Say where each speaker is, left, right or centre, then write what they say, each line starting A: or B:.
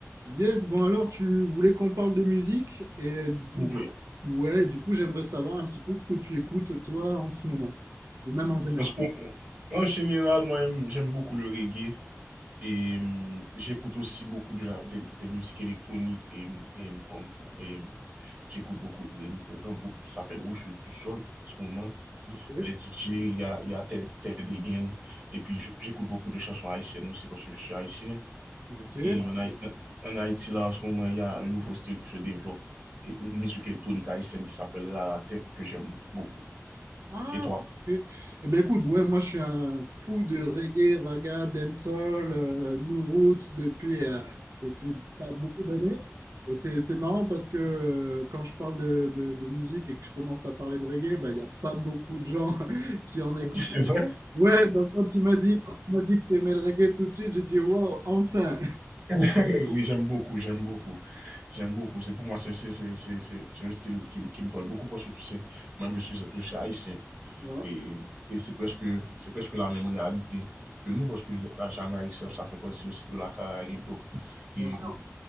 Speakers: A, on the right; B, on the right.
A: Yes, bon alors tu voulais qu'on parle de musique et du,
B: Oui.
A: ouais, du coup j'aimerais savoir un petit peu ce que tu écoutes toi en ce moment ou même en général.
B: Parce que, en général, moi, j'aime beaucoup le reggae et hum, j'écoute aussi beaucoup de la, des des musiques électroniques et, et comme pour- et hum, j'écoute beaucoup les- un groupe qui s'appelle Rouge du Sol en ce moment.
A: Ok,
B: Les DJ, il y a, il y a Ted, Ted Egan. Et puis, je- j'écoute beaucoup de chansons haïtiennes aussi parce que je suis haïtien.
A: ok.
B: Et en, Haï- en Haïti, là, en ce moment, il y a un nouveau style qui se développe et une musique électronique haïtienne qui s'appelle la tête que j'aime beaucoup.
A: Ah,
B: Et toi?
A: ok. Eh ben écoute, ouais, moi je suis un fou de reggae, raga, dancehall, euh, new roots depuis euh, depuis pas beaucoup d'années. Et c'est c'est marrant parce que euh, quand je parle de, de, de musique et que je commence à parler de reggae, bah il y a pas beaucoup de gens <laughs> qui en écoutent.
B: <laughs> C'est vrai?
A: Ouais, donc quand tu m'as dit, quand tu m'as dit que tu aimais le reggae tout de suite, j'ai dit wow, enfin.
B: <laughs> oui, j'aime beaucoup, j'aime beaucoup. J'aime beaucoup. C'est pour moi, c'est c'est- c'est- c'est- c'est- c'est un style qui, me qui me parle beaucoup parce que tu sais, moi-même, je suis, je suis haïtien.
A: Ouais,
B: Et, et c'est presque, c'est presque la même réalité que nous parce que la Jamaïque, ça ça fait partie aussi de la Caraïbe. Donc, et,
A: bien sûr.